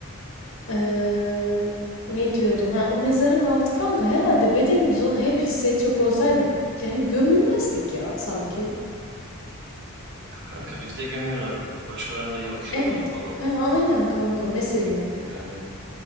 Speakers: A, on the left; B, on the right.
A: Eee, ne diyordum? Ha, o mezarın altı kanka herhalde bedenimiz onu hep hissedecek olsaydı yani gömülmezdik ya sanki.
B: Ya kanka bizde gömüyorlar. Başkalarını da yakıyorlar
A: Evet.
B: falan.
A: Ha, aynen kanka mesela.
B: Yani